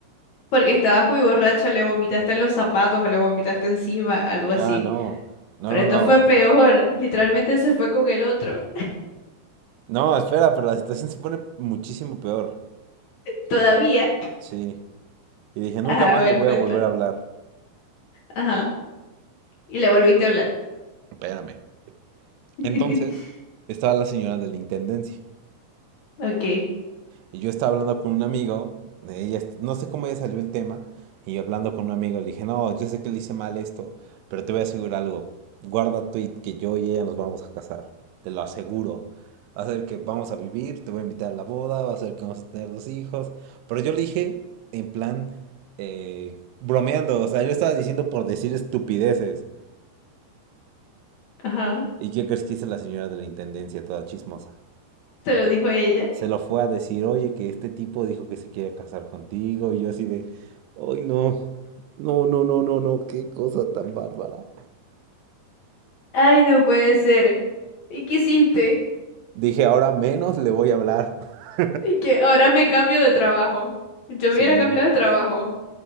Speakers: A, on the left; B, on the right.
A: porque estabas muy borracho, le vomitaste en los zapatos o le vomitaste encima, algo así.
B: Ah, no, no,
A: Pero
B: no,
A: esto
B: no.
A: fue peor. Literalmente se fue con el otro.
B: No, espera, pero la situación se pone muchísimo peor.
A: Todavía.
B: Sí. Y dije, nunca
A: Ajá,
B: más
A: a ver,
B: le voy
A: cuenta.
B: a volver a hablar.
A: Ajá. Y le volviste a hablar.
B: Espérame.
A: <laughs>
B: Entonces, estaba la señora de la intendencia.
A: Ok.
B: Y yo estaba hablando con un amigo, ella, est- no sé cómo ella salió el tema, y yo hablando con un amigo le dije, no, yo sé que le hice mal esto, pero te voy a asegurar algo, guarda tweet que yo y ella nos vamos a casar, te lo aseguro. Va a ser que vamos a vivir, te voy a invitar a la boda, va a ser que vamos a tener dos hijos. Pero yo le dije en plan eh, bromeando, o sea, yo estaba diciendo por decir estupideces.
A: Ajá.
B: ¿Y qué crees que hizo la señora de la intendencia, toda chismosa?
A: Se lo dijo ella.
B: se lo fue a decir, oye, que este tipo dijo que se quiere casar contigo, y yo así de, ay, no, no, no, no, no, no, qué cosa tan bárbara.
A: Ay, no puede ser. ¿Y qué hiciste?
B: Dije, ahora menos le voy a hablar. <laughs>
A: Y que ahora me cambio de trabajo. Yo
B: Sí,
A: me hubiera cambiado de trabajo.